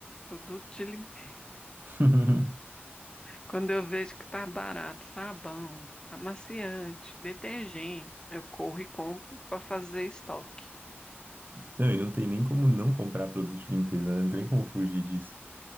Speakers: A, on the left; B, on the right.
A: Produto de limpeza.
B: <laughs>
A: Quando eu vejo que tá barato, sabão, amaciante, detergente, eu corro e compro para fazer estoque.
B: Não, e não tem nem como não comprar produtos de limpeza, né? Não tem como fugir disso.